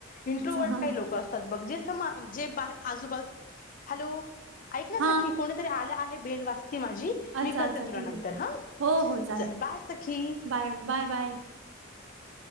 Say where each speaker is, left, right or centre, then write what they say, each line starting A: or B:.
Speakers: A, on the left (about 40°); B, on the right (about 80°).
A: इंट्रोवर्ट
B: अच्छा हा
A: काही लोक असतात बघ जे जे बाहेर आजूबाजू हॅलो ऐक ना सखी
B: हा
A: कोणीतरी आला आहे बेल वाजते माझी
B: अच्छा
A: मी करते
B: अच्छा ठीक
A: तुला नंतर
B: आहे
A: हा
B: हो हो चालेल
A: चल बाय सखी ह
B: बाय बाय बाय
A: <inaudible>